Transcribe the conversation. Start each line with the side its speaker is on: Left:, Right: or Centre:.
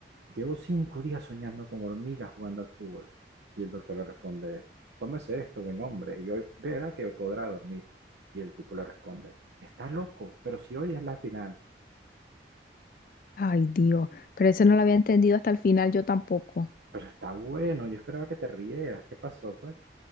Right: llevo cinco días soñando con hormigas jugando al fútbol. Y el doctor le responde, tómese esto, buen hombre, y hoy verá que podrá dormir. Y el tipo le responde, está loco, pero si hoy es la final.
Left: Ay, Dios, pero eso no lo había entendido hasta el final yo tampoco.
Right: Pero está bueno, yo esperaba que te rieras, ¿qué pasó, pues?